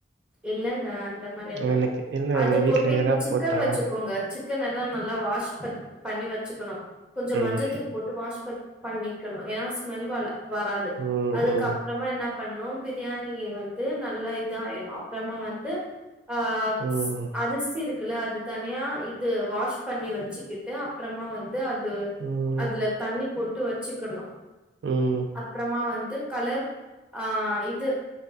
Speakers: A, in the centre; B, on the right.
A: இல்லங்க அந்த மாரிலா
B: எனக்கு
A: இல்ல அது
B: எங்க வீட்ல
A: போட்டு இப்ப
B: எறா
A: சிக்கன்
B: போட்டா
A: வச்சுக்கோங்க சிக்கன் எல்லா நல்லா வாஷ் ப பண்ணி வச்சுக்கணு கொஞ்ச
B: ம்,
A: மஞ்சத்தூள் போட்டு வாஷ் பண்ணிக்கணு ஏன்னா ஸ்மெல் வராது
B: ம்,
A: அதுக்கப்
B: ம்,
A: பறமா என்ன பண்ணு பிரியாணி வந்து நல்லா இத ஆயிடு அப்றமா வந்து ஆப்ஸ்
B: ம்,
A: அரிசி இருக்குல அது தனியா இது வாஷ் பண்ணி வச்சுக்கிட்டு அப்றமா வந்து அது
B: ம்
A: அதுல தண்ணி போட்டு வச்சுக்கணு
B: ம்
A: அப்பறமா வந்து கலர் ஆ இது